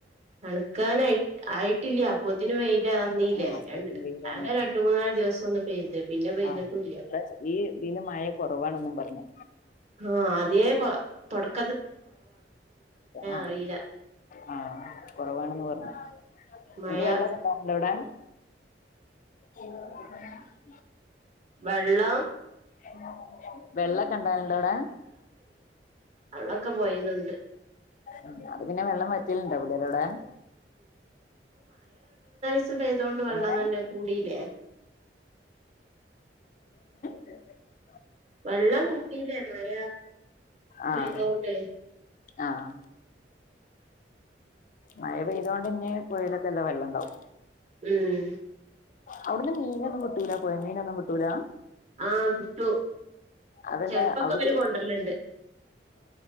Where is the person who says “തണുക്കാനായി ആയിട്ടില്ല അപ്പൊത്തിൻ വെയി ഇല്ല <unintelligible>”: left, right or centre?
Right